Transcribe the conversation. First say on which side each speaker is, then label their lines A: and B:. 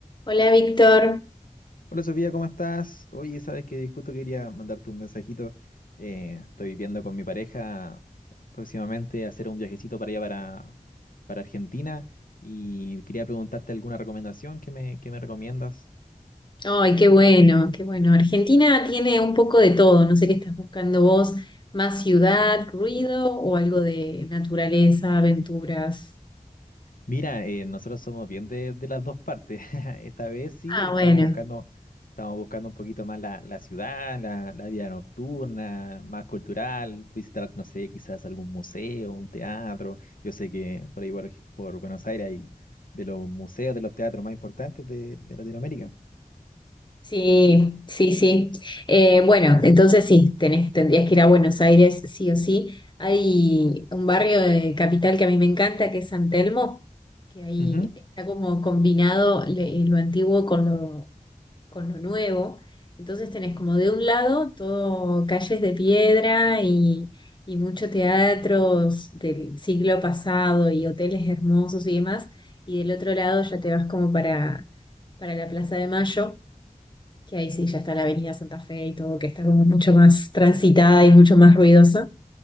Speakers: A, on the left; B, on the left.
A: Hola Víctor.
B: Hola Sofía, ¿cómo estás? Oye, sabes que justo quería mandarte un mensajito. Eh, estoy viendo con mi pareja próximamente hacer un viajecito para allá para, para Argentina y quería preguntarte alguna recomendación que me, que me recomiendas.
A: Ay, qué bueno, qué bueno. Argentina tiene un poco de todo. No sé qué estás buscando vos. ¿Más ciudad, ruido o algo de naturaleza, aventuras?
B: Mira, eh, nosotros somos bien de, de las dos partes. <laughs> Esta vez sí,
A: Ah,
B: estamos
A: bueno.
B: buscando, estamos buscando un poquito más la, la ciudad, la, la vida nocturna, más cultural, visitar, no sé, quizás algún museo, un teatro. Yo sé que por ahí por, Ej- por Buenos Aires hay de los museos, de los teatros más importantes de, de Latinoamérica.
A: Sí, sí, sí. Eh, bueno, entonces sí, tenés, tendrías que ir a Buenos Aires, sí o sí. Hay un barrio de capital que a mí me encanta, que es San Telmo, que ahí
B: Ujú.
A: está como combinado le- lo antiguo con lo con lo nuevo. Entonces tenés como de un lado todo calles de piedra y, y mucho teatros del siglo pasado y hoteles hermosos y demás, y del otro lado ya te vas como para, para la Plaza de Mayo, que ahí sí ya está la Avenida Santa Fe y todo, que está como mucho más transitada y mucho más ruidosa.